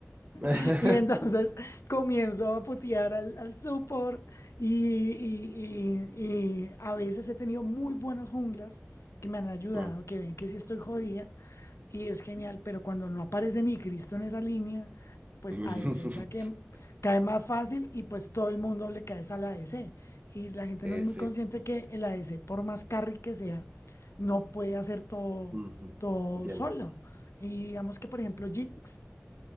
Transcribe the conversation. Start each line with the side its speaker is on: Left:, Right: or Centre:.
Right: <laughs>
Left: <laughs> Y entonces comienzo a putear al, al support y, y- y- y a veces he tenido muy buenas junglas que me han ayudado,
Right: Mm.
Left: que ven que sí estoy jodida y es genial, pero cuando no aparece ni Cristo en esa línea, pues
Right: <laughs>
Left: ADC es la que cae más fácil y pues todo el mundo le cae a la ADC. Y la gente
Right: Eh,
Left: no es muy
Right: sí.
Left: consciente que el ADC, por más carry que sea, no puede hacer todo,
Right: Ujú.
Left: todo
Right: Entiendo.
Left: solo. Y digamos que, por ejemplo, Jinx.